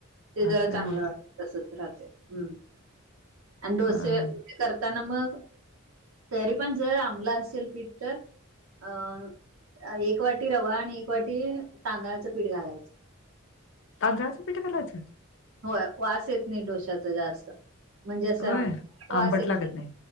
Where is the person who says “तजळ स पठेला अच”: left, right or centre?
Left